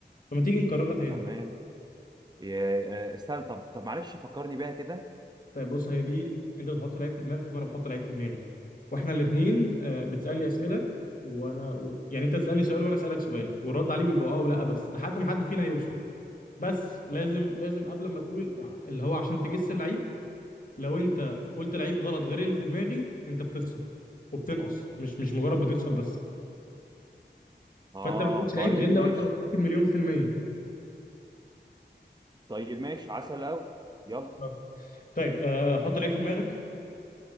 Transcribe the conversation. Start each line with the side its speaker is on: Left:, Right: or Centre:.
Left: فما تيجي نكررها تاني
Right: تمام يا- آه، استنى طب طب معلش فكرني بيها كده
Left: طيب بص هي دي انت بتحط لعيب في دماغك وانا بحط لعيب في دماغي واحنا الاثنين بتسالني اسئله وانا و... يعني انت تسالني سؤال وانا اسالك سؤال والرد عليه بيبقى اه ولا بس لحد ما حد فينا يوصل بس لازم لازم قبل ما تقول ال- اللي هو عشان تجس اللعيب لو انت قلت لعيب غلط غير اللي في دماغي انت بتخسر وبتنقص مش مش مجرد بتخسر بس
Right: اه
Left: فانت ما تقولش لعيب
Right: طيب
Left: غير لو
Right: ماشي
Left: انت متأكد مليون في المية
Right: طيب ماشي عسل اوي يلا
Left: آه. طيب آه، حط لعيب في دماغك